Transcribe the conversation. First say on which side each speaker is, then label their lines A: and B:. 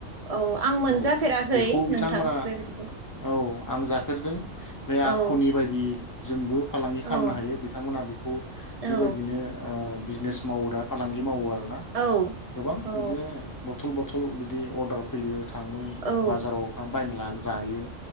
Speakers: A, on the right; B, on the left.
A: औ आं मोनजाफेराखै
B: औ बेखौ बिथांमोना
A: नोंथां बेबायदिखौ
B: औ आं जाफेरदों बे आखुनि
A: औ
B: बायदि जोंबो फालांगि खालामनो
A: औ
B: हायो बिथांमोनहा बेखौ बेबायदिनो
A: औ
B: ओ बिजनेस मावो दा फालांगि मावो आ आरोना
A: औ
B: गोबां
A: औ
B: बिदिनो बथल' बथ थ बिदि अर्डार फैयो। थाङो
A: औ
B: बाजाराव हा बायना लानो जायो